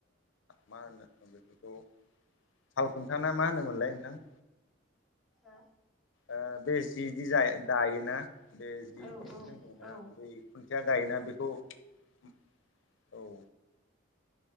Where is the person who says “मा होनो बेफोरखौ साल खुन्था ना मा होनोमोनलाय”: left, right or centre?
Left